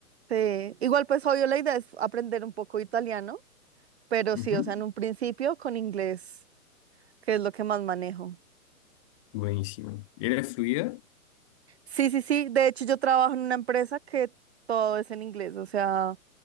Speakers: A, on the right; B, on the left.
A: Sí, igual pues obvio la idea es aprender un poco italiano, pero
B: Ujú.
A: sí, o sea, en un principio con inglés, que es lo que más manejo.
B: Buenísimo. ¿Eres fluida?
A: Sí, sí, sí. De hecho, yo trabajo en una empresa que todo es en inglés, o sea,